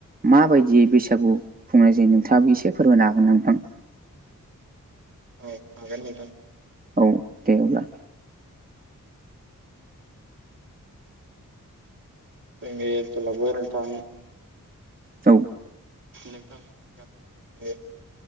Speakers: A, on the right (about 25°); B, on the right (about 75°).
A: माबायदियै बैसागु खुंनाय जायो नोंथाङाबो एसे फोरबोनो हागोन नोंथां?
B: औ आागोन नोंथां।
A: औ दे अब्ला।
B: जोंनि ओनसोलावबो नोंथां
A: औ
B: नोंथांमोननि गामिनि